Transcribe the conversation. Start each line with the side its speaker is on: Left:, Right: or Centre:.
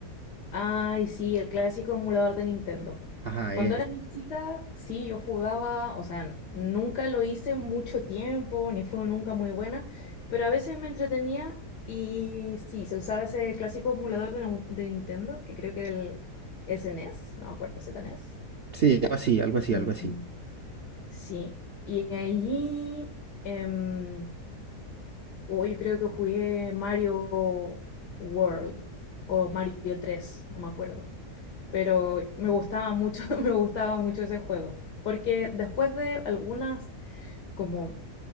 Left: Ay, sí, el clásico emulador de Nintendo.
Right: Ajá,
Left: Cuando
Right: ese.
Left: era más chica, sí, yo jugaba, o sea, nunca lo hice mucho tiempo, ni fue nunca muy buena, pero a veces me entretenía y sí, se usaba ese clásico emulador de, Nau- de Nintendo, que creo que era el SNES, no me acuerdo, ZNES.
Right: Sí, algo así, algo así,
Left: Mm.
Right: algo así.
Left: Sí, y allí, em, oh, yo creo que jugué Mario World o Mario 3, no me acuerdo pero me gustaba mucho, <laughs> me gustaba mucho ese juego, porque después de algunas, como